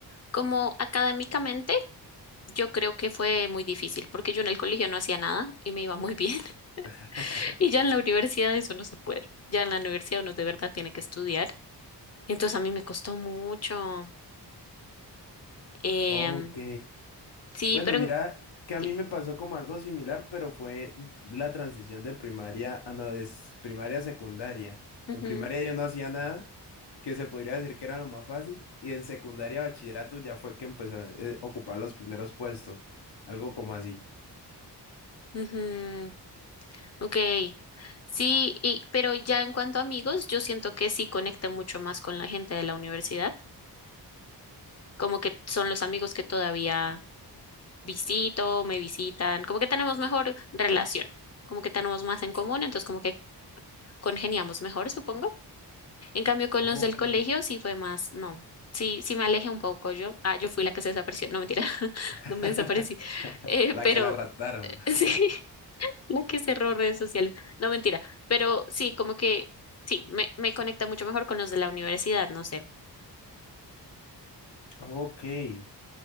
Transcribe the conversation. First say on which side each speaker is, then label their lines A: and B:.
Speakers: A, on the left; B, on the left.
A: Como académicamente, yo creo que fue muy difícil, porque yo en el colegio no hacía nada y me iba muy bien. <laughs>
B: <laughs>
A: Y ya en la universidad eso no se puede. Ya en la universidad uno de verdad tiene que estudiar. Entonces a mí me costó mucho. Em,
B: Ok.
A: sí,
B: Bueno,
A: pero...
B: mira,
A: en-
B: que a
A: sí,
B: mí me pasó como algo similar, pero fue la transición de primaria a no, de primaria a secundaria.
A: ujú,
B: En primaria yo no hacía nada, que se podría decir que era lo más fácil, y en secundaria, bachillerato ya fue que empecé a eh, ocupar los primeros puestos, algo como así.
A: ujú, ok. Sí, y, pero ya en cuanto a amigos, yo siento que sí conecta mucho más con la gente de la universidad. Como que son los amigos que todavía visito, me visitan, como que tenemos mejor relación, como que tenemos más en común, entonces como que congeniamos mejor, supongo. En cambio, con
B: Ok,
A: los del colegio sí fue más, no, sí, sí me alejé un poco yo. Ah, yo fui la que se desapareció, no mentira, <laughs>
B: <laughs>
A: no me desaparecí, eh,
B: La
A: pero
B: que la raptaron.
A: eh, <laughs> sí, la que cerró redes sociales, no mentira, pero sí, como que sí, me, me conecta mucho mejor con los de la universidad, no sé.
B: ok. Y